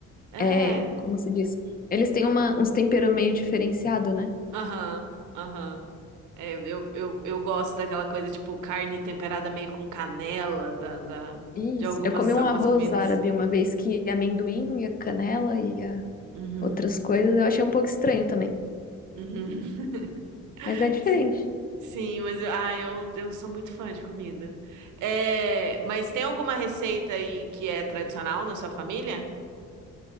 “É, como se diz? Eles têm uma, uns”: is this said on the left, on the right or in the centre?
Left